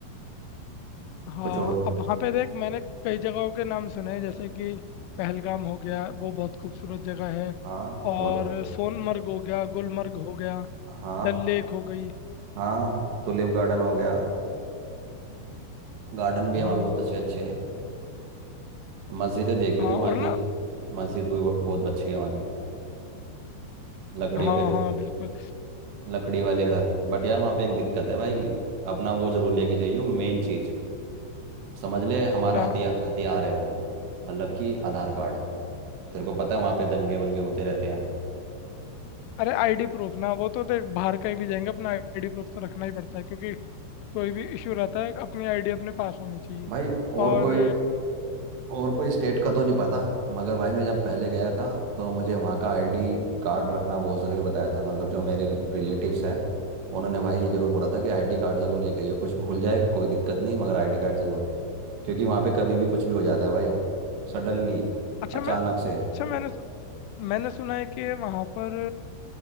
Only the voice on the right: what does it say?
पूछो
हाँ बहुत
हाँ
हाँ टुलिप गार्डन हो गया गार्डन भी
है वहाँ पे बहुत अच्छे अच्छे हैं मस्जिदें देखी
हो तुम
वहाँ
की मस्जिद भी बहुत बहुत अच्छी है वहाँ की लकड़ियों
के घर
लकड़ी वाले घर बट यार वहाँ पे एक दिक्कत है भाई अपना वो जरूर लेके जाइयो मेन चीज समझ ले हमारा
हथियार हथियार है वो मतलब कि आधार कार्ड तेरे को पता है वहाँ पे दंगे वंगे होते रहते हैं
भाई और
कोई और कोई स्टेट का तो नहीं पता मगर भाई मैं जब पहले गया था तो मुझे वहाँ का आईडी कार्ड रखना बहुत ज़रूरी बताया था मतलब जो मेरे रिलेटिव्स हैं उन्होंने भाई ये ज़रूर बोला था कि आईडी कार्ड ज़रूर लेके आइए कुछ भूल जाए कोई दिक्कत नहीं मगर आईडी कार्ड ज़रूर क्योंकि वहाँ पे कभी भी कुछ भी हो जाता है भाई सडनली
अचानक
से